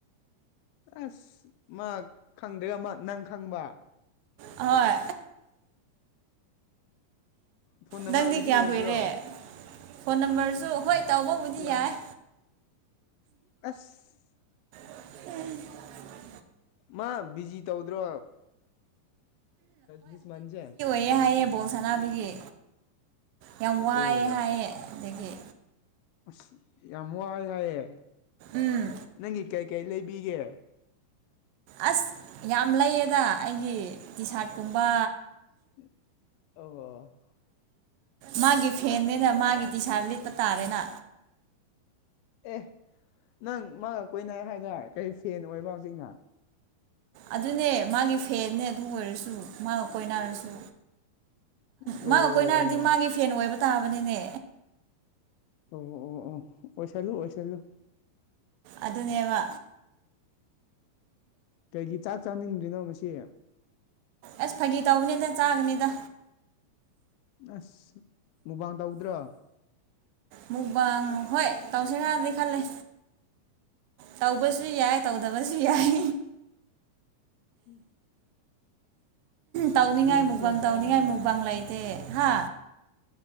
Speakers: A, on the left; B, on the right.
A: ꯑꯁ ꯃꯥ ꯈꯪꯗ꯭ꯔꯒ ꯅꯪ ꯈꯪꯕ
B: ꯍꯣꯏ
A: ꯐꯣꯟ ꯅꯝꯕꯔꯒꯗꯤ
B: ꯅꯪꯗꯤ ꯀꯌꯥ
A: ꯂꯩꯕ꯭ꯔꯣ
B: ꯀꯨꯏꯔꯦ ꯐꯣꯟ ꯅꯝꯕꯔꯁꯨ ꯍꯣꯏ ꯇꯧꯕꯕꯨꯗꯤ
A: ꯁꯤ ꯌꯥꯝ
B: ꯌꯥꯏ
A: ꯑꯁ
B: ꯎꯝ
A: ꯃꯥ ꯕꯤꯖꯤ ꯇꯧꯗ꯭ꯔꯣ ꯗꯤꯁ ꯃꯟꯁꯦ
B: ꯍꯏꯌꯦ ꯍꯥꯏꯌꯦ ꯕꯣꯜ ꯁꯥꯟꯅꯕꯒꯤ ꯌꯥꯝ ꯋꯥꯏ
A: ꯑꯣ
B: ꯍꯥꯏꯌꯦ ꯑꯗꯒꯤ
A: ꯑꯁ ꯌꯥꯝ ꯋꯥꯏ ꯍꯥꯏꯌꯦ
B: ꯎꯝ
A: ꯅꯪꯒꯤ ꯀꯩꯀꯩ ꯂꯩꯕꯤꯒꯦ
B: ꯑꯁ ꯌꯥꯝ ꯂꯩꯌꯦꯗ ꯑꯩꯒꯤ ꯇꯤ ꯁꯥꯔꯠꯀꯨꯝꯕ
A: ꯑꯣ
B: ꯃꯥꯒꯤ ꯐꯦꯟꯅꯤꯅ ꯃꯥꯒꯤ ꯇꯤ ꯁꯥꯔꯠ ꯂꯤꯠꯄ ꯇꯥꯔꯦꯅ
A: ꯑꯦ ꯅꯪ ꯃꯥꯒ ꯀꯣꯏꯅ ꯍꯥꯏꯗ ꯀꯔꯤ ꯐꯦꯟ ꯑꯣꯏꯕ ꯍꯧꯖꯤꯛꯅ
B: ꯑꯗꯨꯅꯦ ꯃꯥꯒꯤ ꯐꯦꯟ ꯑꯗꯨ ꯑꯣꯏꯔꯁꯨ ꯃꯥꯒ ꯀꯣꯏꯅꯔꯁꯨ
A: ꯑꯣ
B: ꯃꯥ
A: ꯑꯣ
B: ꯑꯩꯈꯣꯏꯅ ꯍꯥꯏꯔꯗꯤ ꯃꯥꯒꯤ ꯐꯦꯟ ꯑꯣꯏꯕ ꯇꯥꯕꯅꯤꯅꯦ
A: ꯎꯝ ꯑꯣ ꯑꯣ ꯑꯣ ꯑꯣꯏꯁꯜꯂꯨ ꯑꯣꯏꯁꯜꯂꯨ
B: ꯑꯗꯨꯅꯦꯕ
A: ꯀꯩꯒꯤ ꯆꯥꯛ ꯆꯥꯅꯤꯡꯗ꯭ꯔꯤꯅꯣ ꯉꯁꯤ
B: ꯑꯁ ꯐꯥꯒꯤ ꯇꯧꯕꯅꯤꯗ ꯆꯥꯒꯅꯤꯗ
A: ꯑꯁ ꯃꯨꯛꯕꯥꯡ ꯇꯧꯗ꯭ꯔꯣ
B: ꯃꯨꯛꯕꯥ ꯍꯣꯏ ꯇꯧꯁ ꯉꯗꯤ ꯈꯜꯂꯤ ꯇꯧꯕꯁꯨ ꯌꯥꯏ ꯇꯧꯗꯕ ꯌꯥꯢ
A: ꯎꯝ
B: ꯇꯧꯅꯤꯡꯉꯥꯏ
A: ꯃꯈꯣꯜ
B: ꯃꯨꯛꯕꯥꯪ
A: ꯇꯥꯏꯅꯦ
B: ꯇꯧꯅꯤꯡꯉꯥꯏ ꯃꯨꯛꯕꯪ ꯂꯩꯇꯦ ꯍꯥ